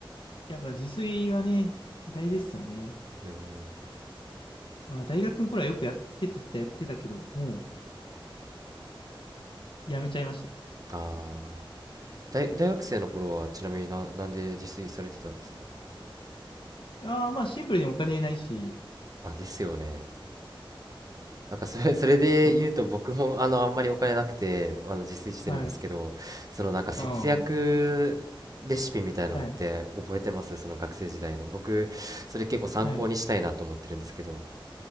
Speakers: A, on the left; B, on the right.
A: やっぱ自炊はね、大事ですよね。
B: <laughs> うん。
A: まあ、大学の頃はよくやってたっちゃやってたけど、もうやめちゃいました。
B: ああ。大、大学生の頃はちなみにな、なんで自炊されてたんですか
A: ああ、まあシンプルにお金ないし、
B: あ、ですよね。なんかそれ、それで言うと僕もあのあんまりお金なくてあの自炊してるんですけどそのなんか節約レシピみたいなのって覚えてますその学生時代の僕それ結構参考にしたいなと思ってるんですけど
A: そうっす。はい。ああ、はい。はい。